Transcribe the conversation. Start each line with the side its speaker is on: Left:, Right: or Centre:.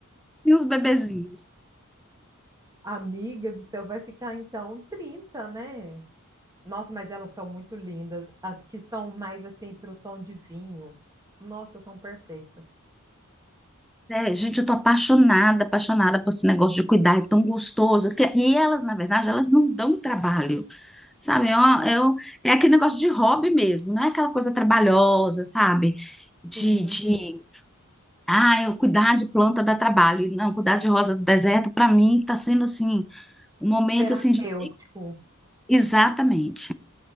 Centre: os bebezinhos.
Right: Amiga do céu, vai ficar então 30, né? Nossa, mas elas são muito lindas. As que são mais assim pro tom de vinho. Nossa, são perfeitas.
Centre: É, gente, eu tô apaixonada, apaixonada por esse negócio de cuidar, é tão gostoso. Que- E elas, na verdade, elas não dão trabalho, sabe? É, uma- é um- é aquele negócio de hobby mesmo, não é aquela coisa trabalhosa, sabe? De,
Right: Sim,
Centre: de, ah, eu cuidar de planta dá trabalho. Não, cuidar de rosa do deserto, para mim, tá sendo assim, Um momento
Right: terapêutico.
Centre: assim de. Exatamente,